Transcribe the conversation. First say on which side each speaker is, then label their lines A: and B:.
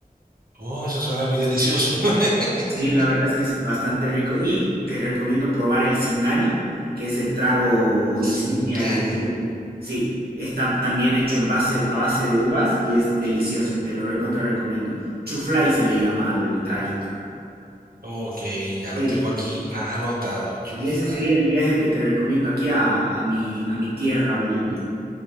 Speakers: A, on the right; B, on the right.
A: Oh, eso suena muy delicioso. <laughs>
B: Sí, la verdad es que es bastante rico y te recomiendo probar el Singani, que es el trago insignia
A: Singani.
B: de Bolivia. Sí, está también hecho en base, a base de uvas y es delicioso, te lo recontra recomiendo. Chuflay se le llama al traguito.
A: Ok, ya lo
B: Sí,
A: tengo aquí anotado.
B: y
A: Fly.
B: ese sería el viaje que te recomiendo aquí a, a mi, a mi tierra, Bolivia.